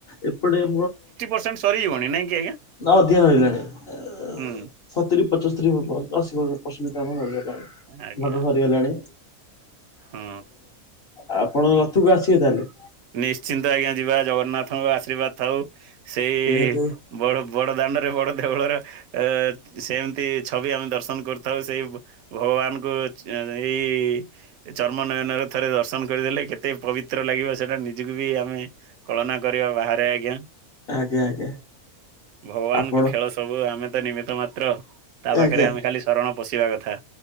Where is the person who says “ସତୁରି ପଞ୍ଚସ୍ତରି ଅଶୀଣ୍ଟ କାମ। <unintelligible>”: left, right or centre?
Left